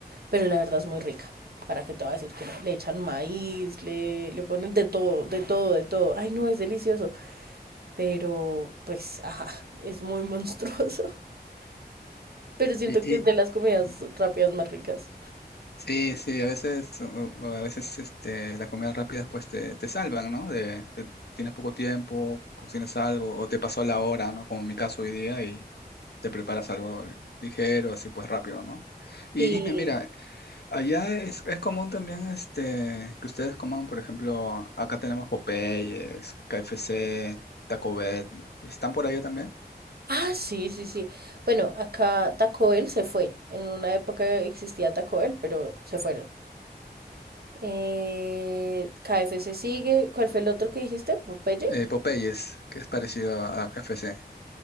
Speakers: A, on the right; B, on the left.
A: pero la verdad es muy rica. ¿Para qué te voy a decir que no? Le echan maíz, le, le ponen de todo, de todo, de todo. Ay, no, es delicioso. Pero, pues, ajá, es muy monstruoso. <laughs> Pero siento
B: Y,
A: que
B: y
A: es de las comidas rápidas más ricas.
B: sí, sí, a veces, o- o a veces este, las comidas rápidas pues te, te salvan, ¿no? De, de- tienes poco tiempo, cocinas algo, o te pasó la hora, ¿no? Como en mi caso hoy día, y te preparas algo ligero, así pues rápido, ¿no? Y
A: Sí.
B: dime, mira, allá es, es común también este, que ustedes coman, por ejemplo, acá tenemos Popeyes, KFC, Taco Bell, ¿están por allá también?
A: Ah, sí, sí, sí. Bueno, acá Taco Bell se fue. En una época existía Taco Bell, pero se fueron. Eh, KFC sigue. ¿Cuál fue el otro que dijiste? ¿Popeye?
B: Eh, Popeyes, que es parecido a KFC,